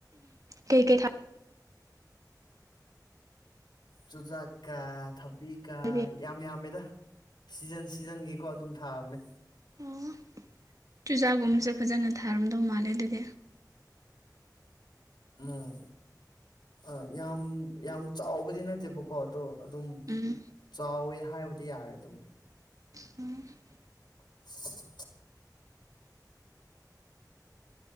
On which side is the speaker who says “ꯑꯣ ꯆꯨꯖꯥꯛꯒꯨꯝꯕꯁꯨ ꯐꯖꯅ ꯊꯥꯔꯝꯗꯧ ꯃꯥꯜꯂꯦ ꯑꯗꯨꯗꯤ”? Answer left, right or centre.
Right